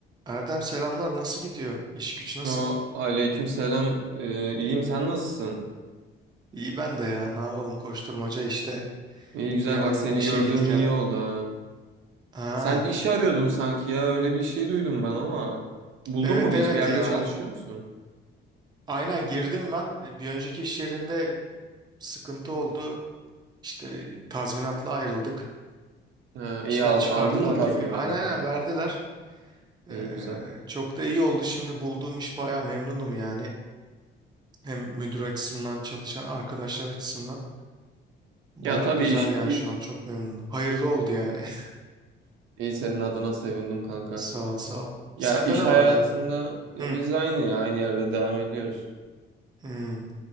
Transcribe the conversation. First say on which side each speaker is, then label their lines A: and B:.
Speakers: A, on the right; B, on the right.
A: Erdem selamlar nasıl gidiyor? İş güç nasıl?
B: O aleyküm selam. Ee, iyiyim sen nasılsın?
A: İyi ben de ya ne yapalım koşturmaca işte
B: İyi güzel
A: bir yandan
B: bak seni
A: işe
B: gördüğüm
A: git gel.
B: iyi oldu ha.
A: Ha,
B: Sen işi arıyordun sanki ya öyle bir şey duydum ben ama. Buldun
A: evet
B: mu bir
A: evet
B: iş bir yerde
A: ya
B: çalışıyor musun?
A: aynen girdim ben E, bir önceki iş yerinde sıkıntı oldu işte tazminatla ayrıldık
B: Ha,
A: işten
B: iyi al,
A: çıkardılar
B: aldın mı tazminatı?
A: gibi aynen aynen verdiler. Ee,
B: İyi güzel.
A: çok da iyi oldu şimdi bulduğum iş baya memnunum yani hem müdür açısından çalışan arkadaşlar açısından baya
B: Ya tabii
A: güzel
B: iş iyi,
A: yani şu an çok memnunum hayırlı oldu yani. <laughs>
B: iyi senin adına sevindim kanka.
A: Sağ ol, sağ ol.
B: Ya
A: Sende
B: iş
A: ne
B: hayatında
A: var ne yok?
B: ya
A: Hı,
B: biz aynı ya aynı yerde devam ediyoruz.
A: hı.